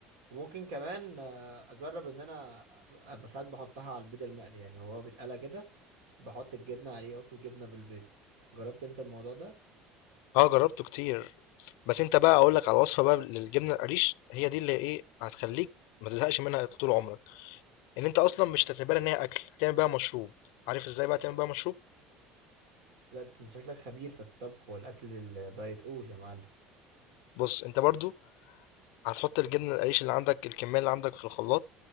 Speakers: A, on the right; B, on the left.
A: وممكن كمان آه، اجرب ان انا أبقى بساعات بحطها على البيض المقلي يعني هو بيتقلى كده بحط الجبنة عليه واكل جبنة بالبيض جربت انت الموضوع ده
B: اه جربته كتير بس انت بقى اقول لك على وصفه بقى للجبنه القريش هي دي اللي ايه هتخليك ما تزهقش منها طول عمرك ان انت اصلا مش هتعتبرها ان هي اكل هتعمل بيها مشروب عارف ازاي بقى تعمل بيها مشروب
A: لا ده انت شكلك خبير في الطبخ والاكل الدايت قول يا معلم
B: بص انت برضو هتحط الجبنة القريش اللي عندك الكمية اللي عندك في الخلاط